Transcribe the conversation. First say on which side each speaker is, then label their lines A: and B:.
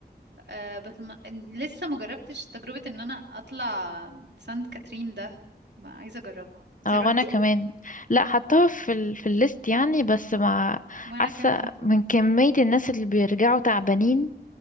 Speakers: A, on the right (about 75°); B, on the left (about 50°).
A: آه بس ما... لسه ما جربتش تجربة ان انا اطلع سانت كاترين ده ما عايزة اجربها انتي
B: اه
A: روحتي
B: وانا كمان لا حطها في ال... في الليست يعني بس مع
A: وانا
B: حاسه
A: كمان
B: من كميه الناس اللي بيرجعوا تعبانين